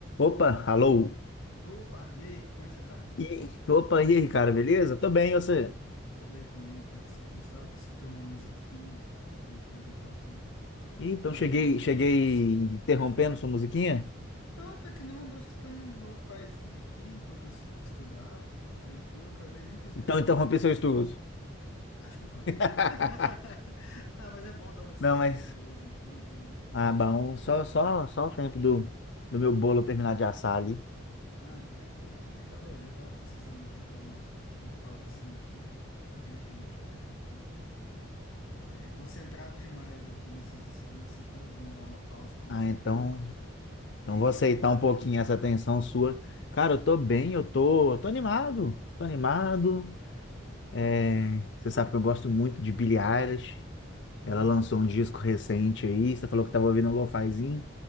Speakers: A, on the left; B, on the left.
A: Opa, alô.
B: Opa, e aí, como é que você tá?
A: E, opa, e aí, cara, beleza? Tô bem, e você?
B: Eu tô bem também, graças a Deus. Tava aqui escutando uma musiquinha tranquila enquanto eu
A: Ih, então
B: fazia
A: cheguei,
B: umas coisas.
A: cheguei interrompendo sua musiquinha?
B: Não, até que não, tava escutando um lo-fizinho aqui enquanto eu estu- estudava, tranquilo. Acabei nem percebi
A: Então
B: que
A: interrompi
B: eu tava aqui.
A: seu estudo.
B: Acho que foi.
A: <laughs>
B: <laughs> Ah, mas é bom dar uma distraída
A: Não, mas
B: de vez em quando, né?
A: ah, bom, só só só o tempo do, do meu bolo terminar de assar ali.
B: Ah, não, tranquilo. Eu também tava, já tava precisando já dar uma, uma pausinha aqui, tem um tempinho já que eu já tô. É, concentrado demais aqui nesses estudos, então é bom dar uma pausa, conversar
A: Ah, então,
B: um pouco.
A: então
B: E aí,
A: vou
B: como
A: aceitar
B: é que você tá?
A: um pouquinho essa atenção sua. Cara, eu tô bem, eu tô, eu tô animado. Tô animado. É, você sabe que eu gosto muito de Billie Eilish.
B: Uhum.
A: Ela lançou
B: <laughs>
A: um disco recente aí, você falou que tava ouvindo um lo-fizinho.